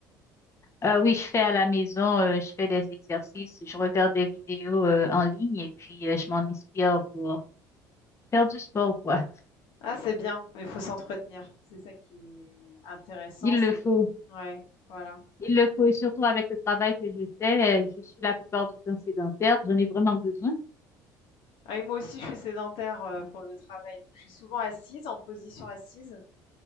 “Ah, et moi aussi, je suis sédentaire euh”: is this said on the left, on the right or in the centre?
Left